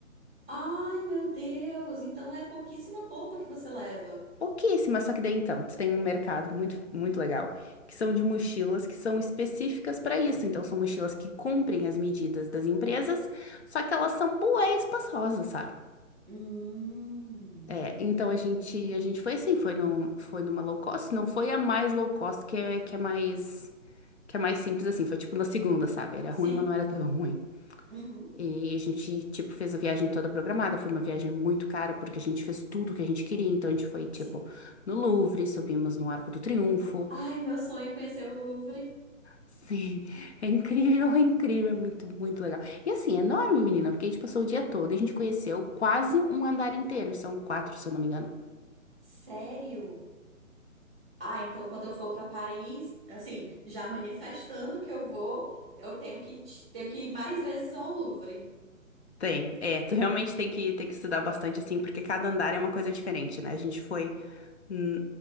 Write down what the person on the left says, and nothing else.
Pouquíssimas, só que daí então, tu tem um mercado muito, muito legal, que são de mochilas que são específicas para isso. Então, são mochilas que cumprem as medidas das empresas, só que elas são bué espaçosas, sabe?
É, então a gente, a gente foi assim, foi num, foi numa low cost, não foi a mais low cost que é, que é mais, que é mais simples assim, foi tipo na segunda, sabe? Era
ruim, mas não era tão ruim.
E a gente, tipo, fez a viagem toda programada. Foi uma viagem muito cara, porque a gente fez tudo o que a gente queria. Então, a gente foi, tipo,
no Louvre, subimos no Arco do Triunfo.
Sim, é incrível, é incrível, é muito, muito legal. E assim, é enorme, menina, porque a gente passou o dia todo e a gente conheceu quase um andar inteiro. e São quatro, se eu não me engano.
Tem, é, tu realmente tem que, tem que estudar bastante, assim, porque cada andar é uma coisa diferente, né? A gente foi. hum,